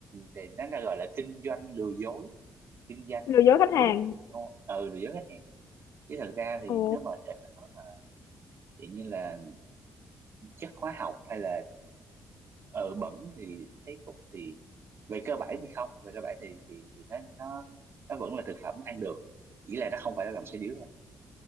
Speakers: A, on the right; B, on the left.
A: thì nó là gọi là kinh doanh lừa dối kinh doanh
B: lừa dối khách hàng
A: dối gạt nhau ừ lừa dối khách hàng chứ thật ra thì
B: ồ
A: nếu mà để mà nói mà vậy như là chất hóa học hay là ờ bẩn thì thấy cũng thì về cơ bản thì không về cơ bản thì thì thì nó nó nó vẫn là thực phẩm ăn được chỉ là nó không phải là lòng xe điếu thôi